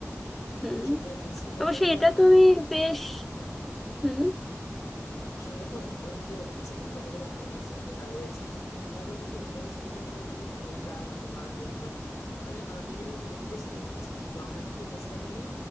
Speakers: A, in the centre; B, on the left (about 85°).
A: হুম
B: অবশ্যই যে এমএনসি কোম্পানিগুলো
A: অবশ্যই এটা
B: আমাদের
A: তুমি বেশ হুম
B: আসলে দেখো এখন যে এমএনসি কোম্পানি গুলো আমাদের দেশে আহ, রয়েছে তাদের কিন্তু হেড অফিস বলতে গেলে ওই আমেরিকা বা তোমার লন্ডন মানে আহ, বিভিন্ন বিদেশি রয়েছে বেশিরভাগ তো আমরা কিন্তু চেষ্টা করলে